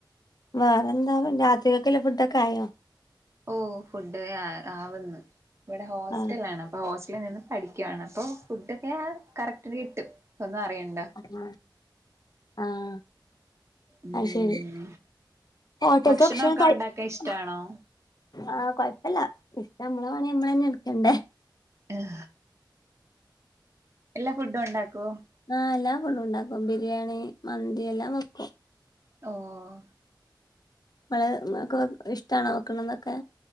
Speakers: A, on the left; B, on the right.
A: വേറെന്താ രാത്രികക്കുള്ള ഫുടൊക്കായോ
B: ഓഹ് ഫുഡ് ആഹ് ആവന്ന് ഇവിടെ ഹോസ്റ്റല
A: ആ
B: ആണ് അപ്പ ഹോസ്റ്റലിൽ നിന്ന് പഠിക്കുവയാണ് അപ്പോ ഫുഡൊക്കെ ആഹ് കറക്റ്റ്ന് കിട്ടും ഒന്നും അറിയണ്ടാ
A: ആഹ് ആഹ്
B: ഉം
A: ആഹ് ശരി ഹോട്ടൽത്തെ
B: ഭക്ഷണൊക്കെ
A: ഭക്ഷണം കഴിക്ക
B: ഉണ്ടാക്കാൻ ഇഷ്ടാണോ
A: ആഹ് കൊഴപ്പില്ല ഇപ്പ നമ്മളെ പണി നമ്മളെന്നെ ഇട്ക്കണ്ടേ
B: ഇഹ്‌ എല്ലാ ഫുഡും ഉണ്ടാക്കുവോ
A: ആഹ് എല്ലാ ഫുടും ഉണ്ടാക്കും ബിരിയാണി മന്തി എല്ലാം വെക്കും
B: ഓഹ്
A: അത് ഇങ്ങക്ക് ഇഷ്ട്ടാണോ വെക്ക്ണതൊക്കെ